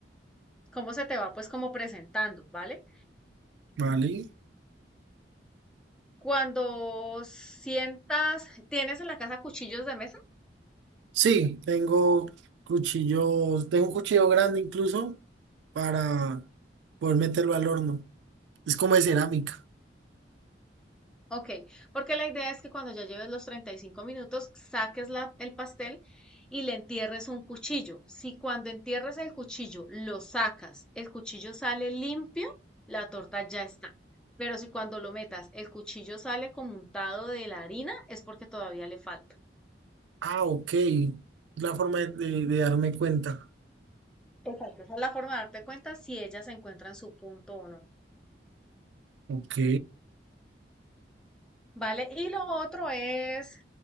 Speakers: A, in the centre; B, on the right.
A: cómo se te va pues como presentando, ¿vale?
B: vale.
A: Cuando sientas, tienes en la casa cuchillos de mesa.
B: Sí, tengo cuchillos, tengo un cuchillo grande incluso para poder meterlo al horno. Es como de cerámica.
A: Ok, porque la idea es que cuando ya lleves los 35 minutos, saques la- el pastel y le entierres un cuchillo. Si cuando entierres el cuchillo lo sacas, el cuchillo sale limpio, la torta ya está. Pero si cuando lo metas, el cuchillo sale como untado de la harina, es porque todavía le falta.
B: Ah, ok. La forma de, de- de darme cuenta.
A: Exacto. Esa es la forma de darte cuenta si ella se encuentra en su punto o no.
B: Ok,
A: Vale, y lo otro es